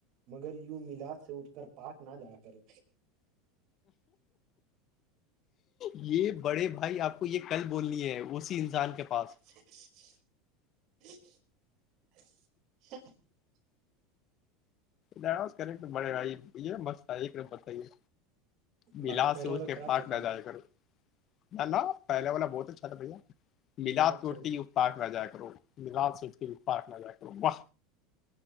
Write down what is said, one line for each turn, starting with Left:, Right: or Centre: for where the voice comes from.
Right: مگر یوں میلاد سے اٹھ کر پارک نہ جایا کرو
Left: یہ بڑے بھائی آپ یہ کل بولنی ہے اسی انسان کے پاس
Right: <inaudible>
Left: دا کرٹر بڑے بھائی یہ مست تھا ایک نمبر تھا یے میلاد
Right: باقی پہلے
Left: سے
Right: والا
Left: اٹھ کر
Right: خراب
Left: پارک
Right: تھا کا
Left: نا جایا کروں نہ نہ پہلے والا بہت اچھا تھا بھیا میلاد
Right: ملاد
Left: سے
Right: چھوڑ
Left: اٹھک یو پارک نا جایا کرو میلاد سے اٹھکے یو پارک نا جایا کرو وہ